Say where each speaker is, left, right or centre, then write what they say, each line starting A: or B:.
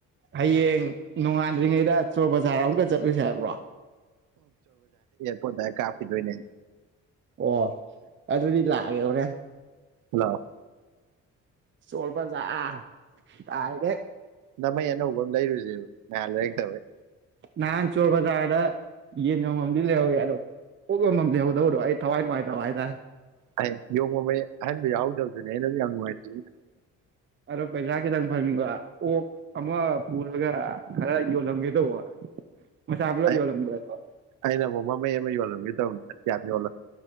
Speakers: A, on the right; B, on the right.
A: ꯍꯌꯦꯡ ꯅꯣꯡꯉꯥꯟꯗ꯭ꯔꯤꯉꯩꯗ ꯆꯣꯔ ꯕꯖꯥꯔ ꯑꯃꯨꯛꯀ ꯆꯠꯂꯨꯁꯦ ꯍꯥꯏꯕ꯭ꯔꯣ
B: ꯈꯣꯏꯗꯥꯏ ꯀꯥꯄꯈꯤꯗꯣꯏꯅꯦ
A: ꯑꯣ ꯑꯗꯨꯗꯤ ꯂꯥꯛꯑꯒꯦ ꯍꯣꯔꯦꯟ
B: ꯂꯥꯎ
A: ꯆꯣꯔ ꯕꯖꯥꯔꯔ ꯗꯥꯏꯔꯦꯛ
B: ꯅꯃꯩ ꯑꯅꯧꯕ ꯑꯃ ꯂꯩꯔꯨꯖꯤꯔ ꯉꯍꯥꯟ ꯂꯩꯔꯛꯇꯕꯩ
A: ꯅꯍꯥꯟ ꯆꯣꯔ ꯕꯖꯥꯔꯗ ꯌꯦꯟ ꯌꯣꯟꯕꯝꯗꯤ ꯂꯩꯍꯧꯋꯤ ꯑꯗꯣ ꯑꯣꯛ ꯌꯣꯟꯕꯝ ꯂꯩꯍꯧꯗꯧꯕꯗꯣ ꯑꯩ ꯊꯋꯥꯏ ꯅꯨꯡꯉꯥꯏꯇꯕ ꯍꯥꯏꯇꯥꯔꯦ
B: ꯑꯩ ꯌꯣꯡ ꯃꯃꯩ ꯑꯍꯟꯕ ꯌꯥꯍꯧꯗꯕꯗꯨꯅꯦ ꯑꯩꯅ ꯌꯥꯝ ꯅꯨꯡꯉꯥꯏꯇ꯭ꯔꯤꯖꯦ
A: ꯑꯗꯣ ꯄꯩꯖꯥ ꯈꯤꯇꯪ ꯐꯪꯅꯤꯡꯕ ꯑꯣꯛ ꯑꯃ ꯄꯨꯔꯒ ꯈꯔ ꯌꯣꯜꯂꯝꯒꯦ ꯇꯧꯕ ꯃꯁꯥ ꯄꯨꯂꯞ
B: ꯑꯩ
A: ꯌꯣꯜꯂꯝꯕꯔꯥ ꯗꯣ
B: ꯑꯩꯅ ꯑꯃꯨꯛ ꯃꯃꯩ ꯌꯣꯜꯂꯝꯒꯦ ꯇꯧꯕꯅꯤꯗ ꯌꯥꯝ ꯌꯣꯜꯂꯝ